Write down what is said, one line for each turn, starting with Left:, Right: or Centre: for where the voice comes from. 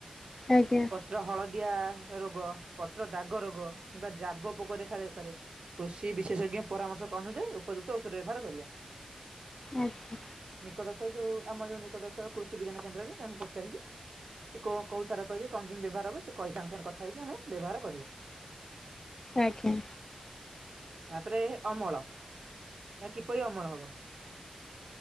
Left: ଆଜ୍ଞା।
Right: ପତ୍ର ହଳଦିଆ ରୋଗ ପତ୍ର ଦାଗ ରୋଗ କିମ୍ବା ଜାବ ପୋକ ଦେଖାଯାଇପାରେ। କୃଷି ବିଶେଷଜ୍ଞ ପରାମର୍ଶ ଅନୁଯାୟୀ ଉପଯୁକ୍ତ ଔଷଧ ବ୍ୟବହାର କରିବା।
Left: ଆଜ୍ଞା।
Right: ନିକଟସ୍ଥ ଯୋଉ ଆମ ଯୋଉ ନିକଟସ୍ଥ କୃଷି ବିଜ୍ଞାନ କେନ୍ଦ୍ରରେ ତାଙ୍କୁ ପଚାରିକି ଇକୋ କୋଉ ସାର କହିବେ କଣ କେମିତି ବ୍ୟବହାର ହବ ସେ କହି ତାଙ୍କ କଥା ହେଇକି ଆମେ ବ୍ୟବହାର କରିବା।
Left: ଆଜ୍ଞା।
Right: ତାପରେ ଅମଳ ଏହା କିପରି ଅମଳ ହବ?